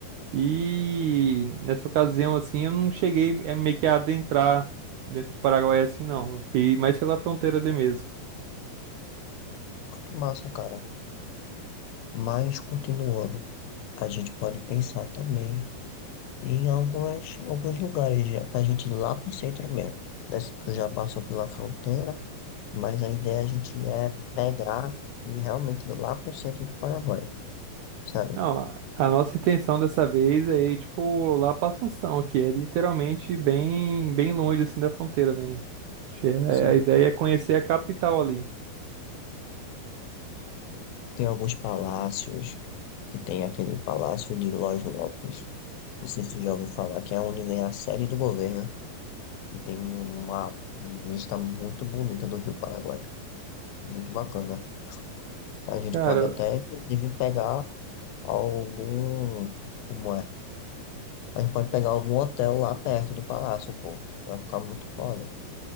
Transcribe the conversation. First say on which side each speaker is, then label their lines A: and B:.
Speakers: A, on the right; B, on the left.
A: E nessa ocasião, assim, eu não cheguei eh, meio que a adentrar dentro do Paraguai assim, não. Eu Fiquei mais pela fronteira ali mesmo.
B: Muito massa, cara. Mas, continuando, a gente pode pensar também. em algumas, alguns lugares, já, pra gente ir lá pro centro mesmo. Desce- Tu já passou pela fronteira, mas a ideia a gente é pegar e realmente ir lá pro centro do Paraguai, sabe?
A: Não, a a nossa intenção dessa vez é ir, tipo, lá pra Assunção, que é literalmente bem, bem longe, assim, da fronteira, né? Acho que é-
B: Sim,
A: A ideia é conhecer a capital ali.
B: Tem alguns palácios, que tem aquele Palácio de Los Lopes. Não sei se você já ouviu falar, que é onde vem a sede do governo, que tem uma vista muito bonita do Rio Paraguai. Muito bacana. A gente
A: Cara,
B: pode até, inclusive, pegar algum. Como é? A gente pode pegar algum hotel lá perto do palácio, pô. Vai ficar muito foda.